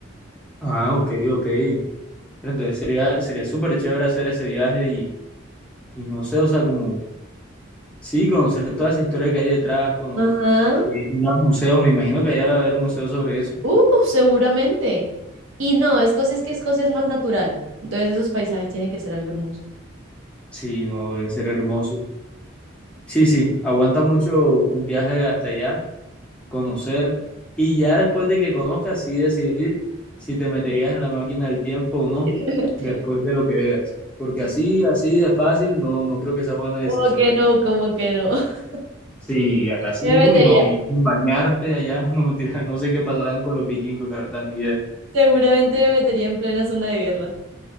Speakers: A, in the centre; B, on the right (about 75°).
A: Ah, ok, ok. Pero entonces sería, sería súper chévere hacer ese viaje y, y no sé, o sea, como, sí, conocer toda esa historia que hay detrás, cono-
B: Ajá.
A: que ir a museos, me imagino que allá debe haber museos sobre eso.
B: Uh, seguramente. Y no, Escocia es que Escocia es más natural. Entonces esos paisajes tienen que ser algo hermoso.
A: Sí, no, deben ser hermosos. Sí, sí, aguanta mucho un viaje hasta allá. conocer y ya después de que conozcas, sí decidir si te meterías en la máquina del tiempo o no,
B: <laughs> Me metería.
A: después de lo que veas. Porque así, así de fácil, no, no creo que sea buena decisión.
B: Como que no, como que no. <laughs>
A: Sí, así,
B: Me metería,
A: uy, no, y sin bañarte allá, <laughs> no, mentira, no sé qué pasarán con los vikingos, la verdad, ni idea.
B: seguramente me metería en plena zona de guerra.